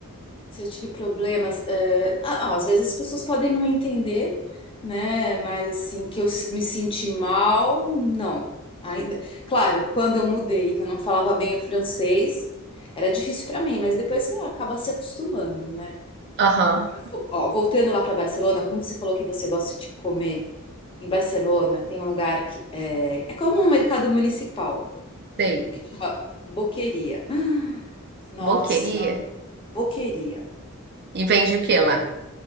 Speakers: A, on the left (about 25°); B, on the right (about 45°).
A: se eu tive problemas, é, ah, ah, às vezes as pessoas podem não entender, né? Mas assim, que eu s- me senti mal, não. Ainda, claro, quando eu mudei, que eu não falava bem o francês, era difícil para mim, mas depois você acaba se acostumando, né?
B: Aham,
A: Vo- ó, voltando lá para Barcelona, como você falou que você gosta de comer, em Barcelona tem um lugar que é, é como um mercado municipal,
B: sei.
A: que chama Boqueria. Nossa,
B: Boqueria?
A: Boqueria.
B: E vende o que lá?